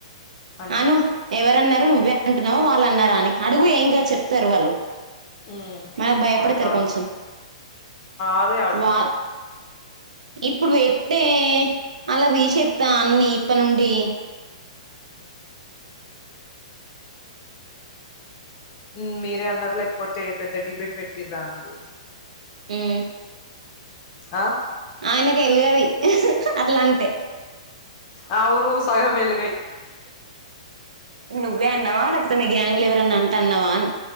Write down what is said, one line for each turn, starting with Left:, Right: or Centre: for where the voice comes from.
Left: అని
Right: అను ఎవరన్నారు నువ్వే అంటున్నావ వాల్లన్నరా అని అడుగు ఏం గాదు చెప్తారు వాల్లు
Left: ఉమ్
Right: మనకు భయపడతారు
Left: అడగాలి
Right: కొంచెం
Left: అదే అడుగుతా
Right: వా ఇప్పుడు పెట్టే అల్ల తీసేత్త అన్ని ఇప్పటినుండి
Left: మ్ మీరే అన్నార లేకపోతే పెద్ద డిబేట్ పెట్టిరా అని అడుగుత
Right: ఉమ్
Left: అ
Right: ఆయనకు ఎలుగది ఇహ్ హ హ అట్లంటే
Left: అవును సగం ఎలగై
Right: నువ్వే అన్నావా లేకపోతే మీ గ్యాంగ్ లో ఎవరన్న అంటే అన్నావాను